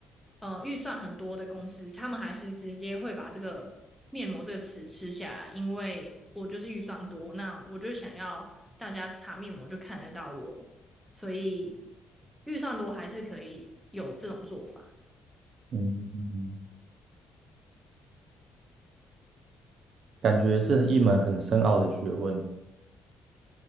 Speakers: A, in the centre; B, on the right (about 60°).
A: 呃预算很多的公司，他们还是直接会把这个面膜这个词吃下来，因为我就是预算多，那我就想要大家擦面膜就看得到我，所以预算多还是可以有这种做法。
B: 嗯，感觉是一门很深奥的学问，